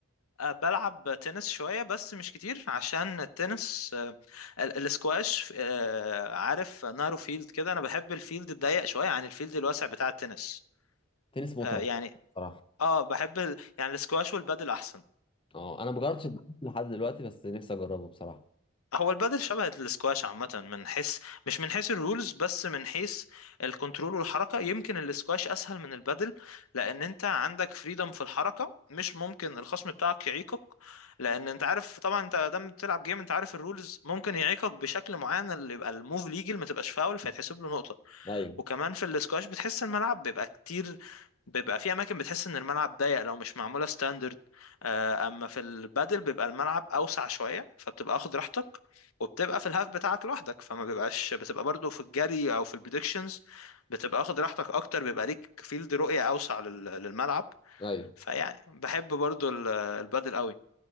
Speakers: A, on the left; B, on the left.
A: آه، بلعب تنس شوية بس مش كتير عشان التنس آه، ال- الاسكواش آه، عارف نارو فيلد كده انا بحب الفيلد الضيق شوية عن الفيلد الواسع بتاع التنس
B: تنس متعب
A: آه، يعني
B: بصراحة
A: اه بحب ال... يعني الاسكواش والبادل احسن
B: اه انا مجربتش الدنيس لحد دلوقتي بس نفسي اجربه بصراحة
A: هو البادل شبه الاسكواش عامة من حيث مش من حيث الرولز بس من حيث الكنترول والحركة يمكن الاسكواش أسهل من البادل لأن أنت عندك فريدم في الحركة مش ممكن الخصم بتاعك يعيقك لأن أنت عارف طبعا أنت دام بتلعب جيم أنت عارف الرولز ممكن يعيقك بشكل معين اللي يبقى الموف ليجل ما تبقاش فاول فيتحسب له نقطة
B: ايوه
A: وكمان في الاسكواش بتحس الملعب بيبقى كتير بيبقى في اماكن بتحس ان الملعب ضيق لو مش معموله ستاندرد اما في البادل بيبقى الملعب اوسع شويه فبتبقى واخد راحتك وبتبقى في الهاف بتاعك لوحدك فما بيبقاش بتبقى برضو في الجري او في البريدكشنز بتبقى واخد راحتك اكتر بيبقى ليك فيلد رؤية اوسع لل- للملعب
B: ايوه
A: فيعني بحب برضو ال- البادل قوي